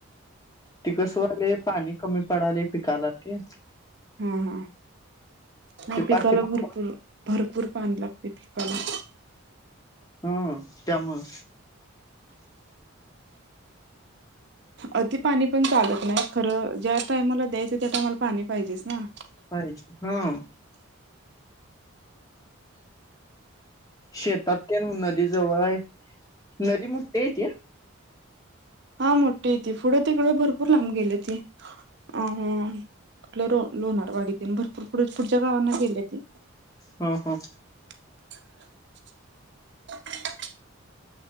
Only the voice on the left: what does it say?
त कसं आले पाणी कमी पडाले पिकाला ते
ते
पाठीमाग
हम् त्यामुळं
<unintelligible> हम शेतात त्या नदी जवळ आहे नदी मुठी हिते.
हो हो.